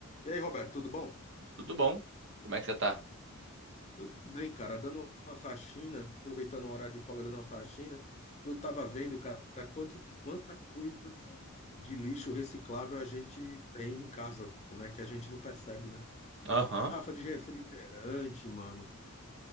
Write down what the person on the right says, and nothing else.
Tudo bom? Como é que você tá?
Aham,